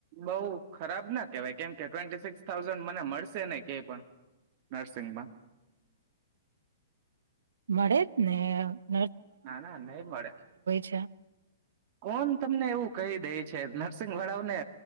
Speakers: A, on the right; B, on the right.
A: બઉ ખરાબ ના કેહેવાય કેમ કે ટ્વેન્ટી સિક્સ થાઉઝન્ડ મને મળશે નહ ક પણ, નર્સિંગમાં.
B: મળે જ નેહ.
A: ના ના નહી મળે
B: છે
A: કોણ તમને એવું કહી દઈ. છે, નર્સિંગ વળાવને